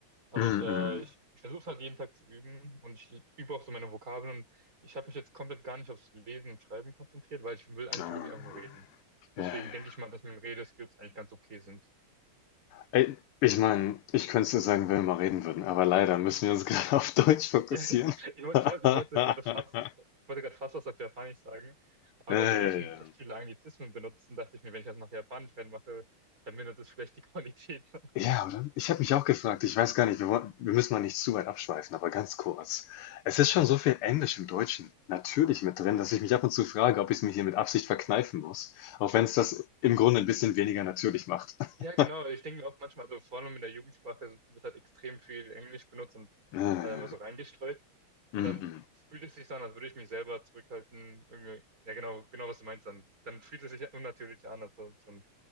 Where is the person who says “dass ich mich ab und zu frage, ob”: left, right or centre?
Left